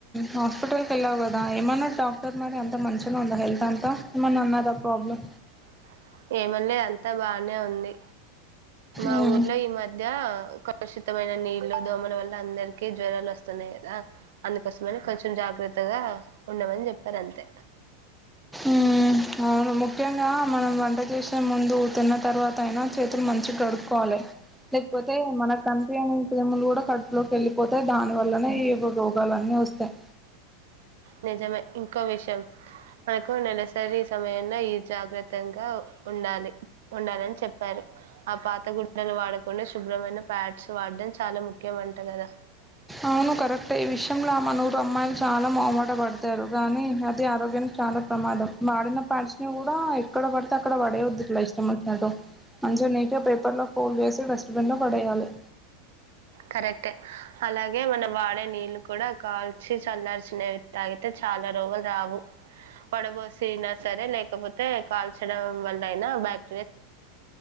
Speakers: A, in the centre; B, on the right (about 70°).
A: హాస్పిటల్కి వెళ్లావు కదా ఏం అన్నడు డాక్టర్ మరి అంత మంచిగానే ఉందా హెల్త్ అ అంతా ఏమన్నా అన్నారా ప్రాబ్లం
B: అ <unintelligible> అంత బానే ఉంది మా
A: ఉమ్
B: ఊర్లో ఈ మధ్య కలుషితమైన నీళ్లు దోమల వల్ల అందరికీ జ్వరాలు వస్తున్నాయి కదా అందుకోసమనే కొంచెం జాగ్రత్తగా ఉండమాని చెప్పారు అంతే
A: ఉమ్ అవును ముఖ్యంగా మనం వంట చేసే ముందు తిన్న తర్వాత అయినా చేతులు మంచిగా గడుక్కోవాలే లేకపోతే మన కనిపియ్యని క్రిములు కూడా కడుపులోకి వెళ్ళిపోతాయి దాని వల్లనే ఈ రోగాలన్నీ వస్తాయి
B: నిజమే ఇంకో విషయం మనకు నెలసరి సమయంలో ఈ జాగ్రత్తగా ఉ డాలి ఉండాలని చెప్పారు ఆ పాత గుడ్డలు వాడకుండా శుభ్రమైన ప్యాట్స్ వాడం చాలా ముఖ్యమంట కదా
A: అవును కరెక్టే ఈ విషయంలో మన ఊరు అమ్మాయిలు చాలా మొహమాట పడతారు గానీ అది ఆరోగ్యం చాలా ప్రమాదం వాడిన పాడ్స్ని కూడా ఎక్కడ పడితే అక్కడ వాడేయవద్దు ఇట్లా ఇష్టం వచ్చినట్టు మంచిగా నీట్గా పేపర్లో ఫోల్డ్ చేేసి డస్ట్బిన్లో పడేయాలి
B: కరెక్టే అలాగే మనం వాడే నీళ్లు కూడా కాల్చి చల్లాల్సినవి తాగితే చాలా రోగాలు రావు వడబోసిన సరే లేకపోతే కాల్చడం వల్ల అయినా బ్యాక్